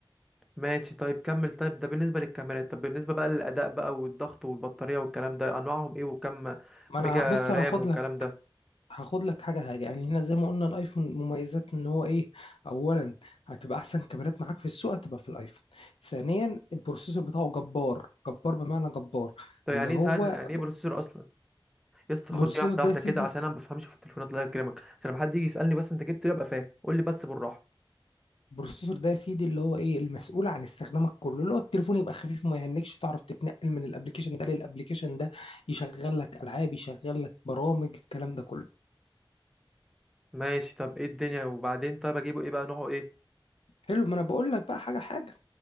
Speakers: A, in the centre; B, on the left (about 90°).
A: ماشي طيب كمل طيب ده بالنسبة للكاميرات طب بالنسبة بقى للأداء بقى والضغط والبطارية والكلام ده أنواعهم إيه وكم
B: ما
A: ميجا
B: انا بص
A: رام
B: انا هاخد
A: والكلام ده
B: هاخد لك حاجة حاجة يعني هنا زي ما قلنا الايفون مميزات ان هو ايه اولا هتبقى احسن كاميرات معاك في السوق هتبقى في الايفون ثانيا البروسيسور بتاعه جبار جبار بمعنى جبار
A: طب
B: اللي
A: يعني
B: هو
A: ايه سهل يعني ايه بروسيسور اصلا يا اسطى خد
B: بروسيسور
A: لي واحده
B: ده
A: واحده
B: يا سيدي
A: كده عشان انا ما بفهمش في التليفونات الله يكرمك عشان لما حد يجي يسالني بس انت جبته إيه ابقى فاهم قول لي بس بالراحه
B: البروسيسور ده يا سيدي اللي هو ايه المسؤول عن استخدامك كله اللي هو التليفون يبقى خفيف وما يهنكش تعرف تتنقل من الابليكيشن ده للابليكيشن ده يشغل لك العاب يشغل لك برامج الكلام ده كله
A: ماشي طب ايه الدنيا وبعدين طيب اجيبه ايه بقى نوعه ايه
B: حلو ما انا بقول لك بقى حاجة حاجة